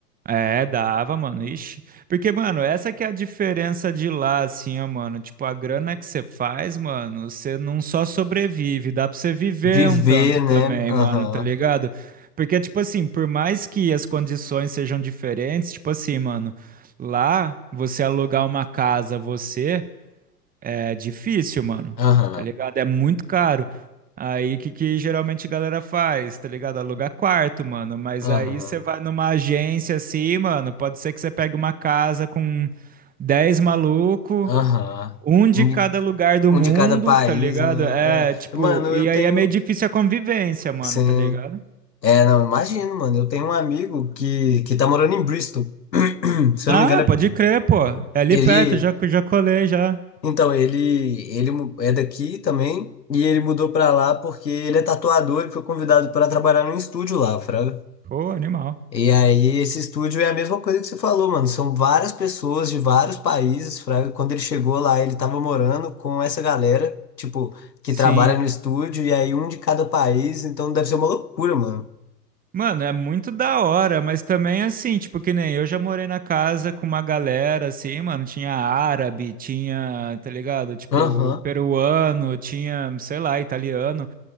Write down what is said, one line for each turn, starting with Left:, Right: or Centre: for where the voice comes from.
Right: é, dava, mano. Ixi. Porque, mano, essa que é a diferença de lá, assim, ó, mano. Tipo, a grana que você faz, mano, você não só sobrevive, dá pra você viver
Left: Viver,
Right: um tanto
Left: né?
Right: também,
Left: Aham.
Right: mano, tá ligado? Porque, tipo assim, por mais que as condições sejam diferentes, tipo assim, mano, lá você alugar uma casa, você. É difícil, mano.
Left: Aham.
Right: Tá ligado? É muito caro. Aí, o que, que geralmente a galera faz? Tá ligado? Aluga quarto, mano. Mas
Left: Aham.
Right: aí você vai numa agência assim, mano. Pode ser que você pegue uma casa com dez maluco,
Left: Aham.
Right: um de
Left: Um
Right: cada
Left: de
Right: lugar do
Left: um
Right: mundo,
Left: de cada país,
Right: tá ligado?
Left: né?
Right: É, tipo,
Left: É. Mano,
Right: e
Left: eu
Right: aí
Left: tenho.
Right: é meio difícil a convivência, mano,
Left: Sim.
Right: tá ligado?
Left: É, não, imagino, mano. Eu tenho um amigo que, que tá morando em Bristol. <clears throat> Se
Right: Ah,
Left: eu não me engano, é-
Right: pode crer, pô. É ali
Left: ele.
Right: perto, já, já colei, já.
Left: Então, ele, ele mu- é daqui também. E ele mudou pra lá porque ele é tatuador e foi convidado pra trabalhar num estúdio lá, fraga.
Right: Pô, animal.
Left: E aí, esse estúdio é a mesma coisa que você falou, mano. São várias pessoas de vários países, fraga. Quando ele chegou lá, ele tava morando com essa galera, tipo, que
Right: Sim.
Left: trabalha no estúdio, e aí um de cada país, então deve ser uma loucura, mano.
Right: Mano, é muito da hora, mas também assim, tipo, que nem eu já morei na casa com uma galera, assim, mano, tinha árabe, tinha, tá ligado? Tipo,
Left: Aham,
Right: peruano, tinha, sei lá, italiano.